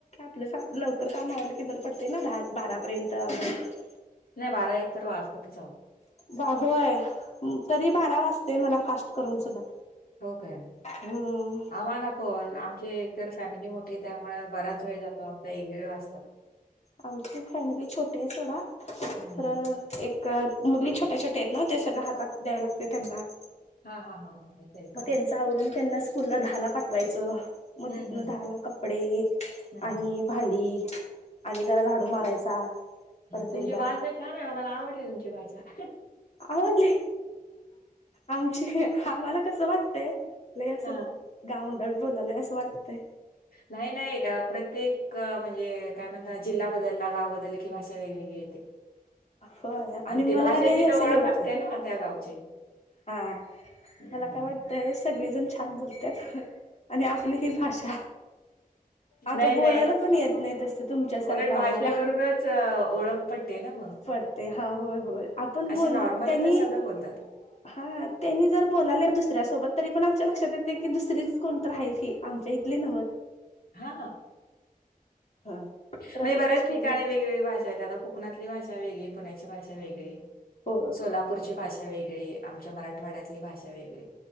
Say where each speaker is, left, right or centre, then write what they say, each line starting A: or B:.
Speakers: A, on the left; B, on the left.
A: आप लवकर काम आवला की बरं पडते ना दहा बारापर्यंत अमरात
B: नाही बारा एक तर वाजतात हो जाव
A: बाह आहे तरी बारा वाजता ते मला फास्ट करून सुद्धा
B: हो काय
A: हम्म.
B: आम्हाला पण आमचे एकतर फॅमिली मोठीे त्यामुळे बराच वेळ जातो आमचा एक वगळ असतात
A: आमची फॅमिली छोटी आहे सोडा
B: हं.
A: खर एक मुली छोट्या छोट्या आहेत ना ते सगळ हातात द्यायला लागते त्यांना
B: हा हा हा हा असं आहे
A: मग
B: का
A: त्यांच आवरून त्यांना स्कूल ला दहा ला पाठवायचं मग
B: हम्म
A: तिथन
B: हम्म
A: दहाला कपडे
B: हम्म
A: आणि
B: हम्म
A: भांडी आणि जरा झाडू मारायचा परत
B: तुमची
A: एकदा
B: भाषा छान आहे मला आवडली तुमची भाषा <inaudible>
A: आवडली आमची आम्हाला कस वाटतय लय अस
B: हा
A: गाउंडर बोलालंय असं वाटतंय
B: नाही नाही प्रत्येक म्हणजे काय म्हणता जिल्हा बदलला गाव बदल क ही भाषा वेगवेगळी येते.
A: होय आणि मला
B: ते भाषेची
A: आलेही असं
B: तर ओळख
A: हे होतय.
B: असते ना त्या गावची
A: हा
B: हम्म.
A: मला काय वाटतय सगळीजण छान बोलतात. आणि आपली ही भाषा आता
B: नाही
A: बोलायला
B: नाही
A: पण येत नाहीेत असत तुमच्यासारखं
B: उलट भाषेवरूनच
A: आम्हाला
B: अ, ओळख पटते ना मग
A: पडते हा होय होय. आपण
B: असे
A: बोल
B: नॉर्मली
A: त्यांनी
B: तर सगळं बोलतात
A: हा त्यांनी जर बोलाले दुसऱ्यासोबत तरी पण आमच्या लक्षात येते की दुसरीच कोणत आहेत ही आमच्या इथली नव्ह
B: हा ह.
A: हा प्रत्येकाची
B: म्हणजे बऱ्याच ठिकाणी
A: वेगळी
B: वेगवेगळी भाषा आहेत आता कोकणातली भाषा भाषा वेगळी पुण्याची भाषा वेगळी.
A: हो.
B: सोलापूरची भाषा वेगळी आमच्या मराठवाड्यातली भाषा वेगळी